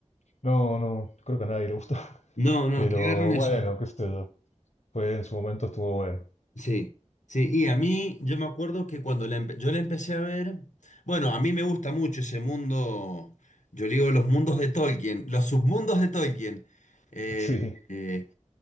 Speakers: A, on the left; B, on the left.
A: no, no, creo que a nadie le gustó. <laughs>
B: No, no,
A: Pero
B: que agarren eso.
A: bueno, qué sé yo. Fue en su momento estuvo bueno.
B: Sí, sí. Y a mí, yo me acuerdo que cuando la empe- yo la empecé a ver, bueno, a mí me gusta mucho ese mundo, yo digo los mundos de Tolkien, los submundos de Tolkien. Eh,
A: <laughs> Sí,
B: eh,